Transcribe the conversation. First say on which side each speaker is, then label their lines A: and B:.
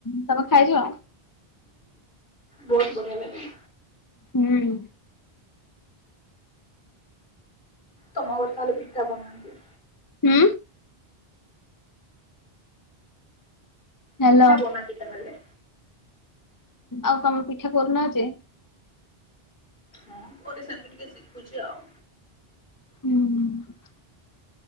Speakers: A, on the left; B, on the left.
A: ତମେ ଖାଇଛ?
B: ବୋହୁତ୍ ବଢିଆ ଲାଗେ।
A: ହୁଁ।
B: ତମ ଘର ତାହେଲେ ପିଠା ବନାନ୍ତି?
A: ହୁଁ। ହ୍ୟାଲୋ
B: ପିଠା ବନାନ୍ତି ତାହେଲେ
A: ଆଉ ତମେ ପିଠା କରୁ ନାହାଁନ୍ତି?
B: ମୁଁ କୁ-ସେମିତି ଟିକେ ଶିଖୁଛି ଆଉ।
A: ହୁଁ।